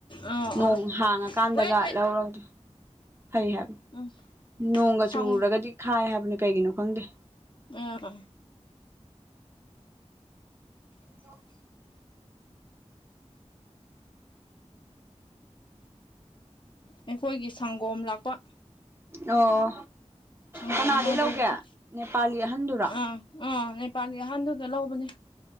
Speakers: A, on the left (about 45°); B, on the right (about 20°).
A: ꯑꯥ
B: ꯅꯣꯡ
A: ꯑꯥ
B: ꯍꯥꯡꯉꯀꯥꯟꯗꯒ
A: ꯋꯦꯠ ꯋꯦꯠ
B: ꯂꯧꯔꯗ꯭ꯔ ꯐꯩ ꯍꯥꯏꯕꯅꯤ
A: ꯎꯝ
B: ꯅꯣꯡꯒ
A: ꯁꯪ
B: ꯆꯨꯔꯒꯗꯤ ꯈꯥꯏ ꯍꯥꯏꯕꯅꯤ ꯀꯩꯒꯤꯅꯣ ꯈꯪꯗꯦ
A: ꯃꯔꯔ
B: ꯍ <unintelligible>
A: ꯑꯩꯈꯣꯏꯒꯤ ꯁꯪꯒꯣꯝ ꯂꯥꯛꯄ
B: ꯑꯣ
A: ꯁꯪꯒꯣꯝ
B: ꯀꯅꯥꯗꯒꯤꯩ
A: ꯂꯧꯕꯒꯤꯁꯦ
B: ꯂꯧꯒꯦ ꯅꯦꯄꯥꯂꯤ ꯑꯍꯟꯗꯨꯔꯣ
A: ꯑꯥ ꯑꯥ ꯅꯦꯄꯥꯂꯤ ꯑꯍꯟꯗꯨꯗ ꯂꯧꯕꯅꯦ